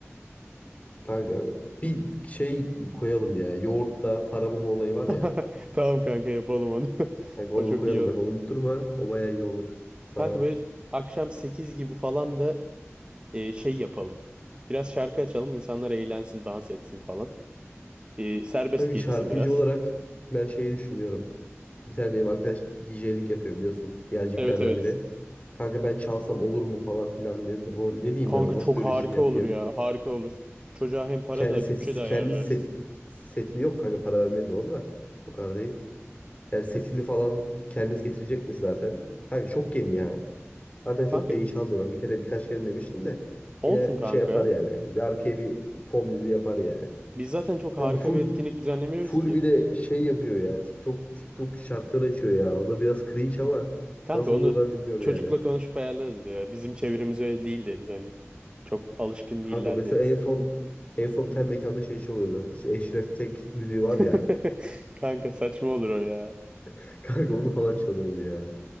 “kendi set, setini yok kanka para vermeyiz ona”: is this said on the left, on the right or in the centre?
Left